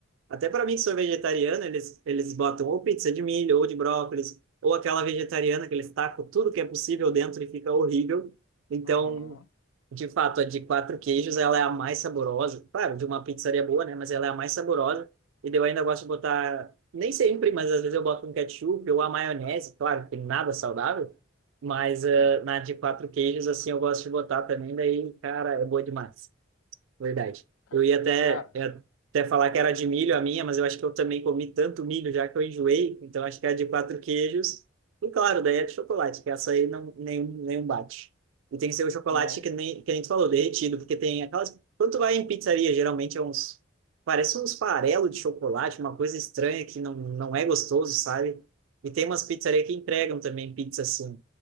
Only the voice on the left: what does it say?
uhum.
É,
ca-
cara,
né?